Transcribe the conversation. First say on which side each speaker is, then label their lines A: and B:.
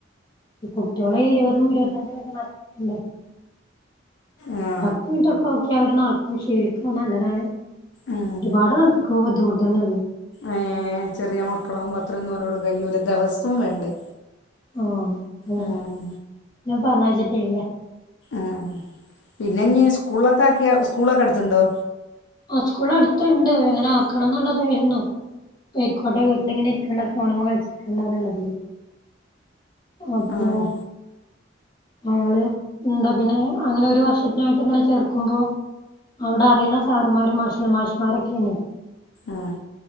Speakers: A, on the left; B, on the left.
A: ഈ കുട്ട്യാളെ ഇരുപതും ഇരുപത്തഞ്ചും <unintelligible>
B: ആഹ്
A: പത്ത് മിനിറ്റൊക്കെ ഓക്കെ അവര് നടക്കും ക്ഷീലിക്കുന്നത് നല്ലതാണ്
B: ഉം
A: ഒരുപാട് നടത്ത ബുദ്ധിമുട്ടന്നല്ലേ?
B: ഏഹ് ചെറിയ മക്കളാകുമ്പോ അത്രൊന്നും ഓലോട് കയൂല ദെവസവും വേണ്ടേ?
A: ആഹ് അതാണ്
B: ഉം
A: ഞാൻ <unintelligible>
B: ആഹ് പിന്നെ ഇഞ്ഞ് സ്കൂളൊക്കെ ആക്കിയ സ്കൂളൊക്കെ അടുത്ത്ണ്ടോ?
A: ആ സ്കൂള് അടുത്തുണ്ട് ഇങ്ങനെ ആക്കണം എന്നുള്ളതായിരുന്നു. പോയിക്കോട്ടെ വീട്ടിലിങ്ങനെ ഇരിക്കണ്ട ഫോണുമ്മ കളിച്ചിരി ക്കണ്ടന്നുള്ളതില്. അപ്പോ
B: ആഹ്
A: ആള് ന്താ പിന്നെ അങ്ങനെ ഒരു വർഷത്തിനായിട്ട് ഇങ്ങനെ ചേർക്കുമ്പോ. അവിടെ അറിണ സാറ്മാരും മാഷ് മാഷ്മാരൊക്കെണ്.
B: ആഹാ